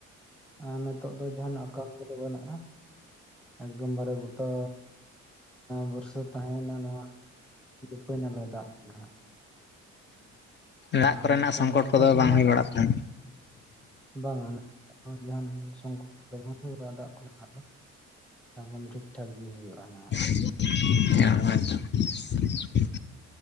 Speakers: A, in the centre; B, on the left.
A: ᱟᱨ ᱱᱤᱛᱚᱜ ᱫᱚ ᱡᱟᱦᱟᱱᱟᱜ ᱠᱟᱞ ᱠᱚᱫᱚ ᱵᱟᱹᱱᱩᱜᱼᱟ ᱮᱠᱫᱚᱢ ᱵᱟᱨᱮ ᱜᱩᱴᱟ ᱵᱚᱨᱥᱟ ᱛᱟᱦᱮᱸᱭᱮᱱᱟ ᱱᱚᱣᱟ ᱨᱩᱯᱟᱹᱭ ᱱᱟᱞᱟ ᱫᱟᱜ ᱜᱮ ᱱᱟᱦᱟᱜ᱾
B: ᱫᱟᱜ
A: ᱟᱨ
B: ᱠᱚᱨᱮᱱᱟᱜ
A: ᱮᱴᱟᱜᱟᱜ
B: ᱥᱚᱝᱠᱚᱴ
A: ᱚᱱᱠᱟ
B: ᱠᱚᱫᱚ
A: ᱥᱮᱨᱢᱟ
B: ᱵᱟᱝ ᱦᱩᱭ ᱵᱟᱲᱟᱜ ᱠᱟᱱ
A: ᱵᱟᱝᱟ ᱡᱟᱦᱟᱱ ᱥᱚᱨᱠᱟᱨ <unintelligible> ᱫᱟᱜ ᱠᱚᱨᱮᱱᱟᱜ ᱫᱚ᱾ ᱮᱚᱠᱚᱢ ᱴᱷᱤᱠ ᱴᱷᱟᱠ ᱜᱤ ᱦᱩᱭᱩᱜᱼᱟ ᱱᱟᱦᱟᱜ᱾
B: <inaudible>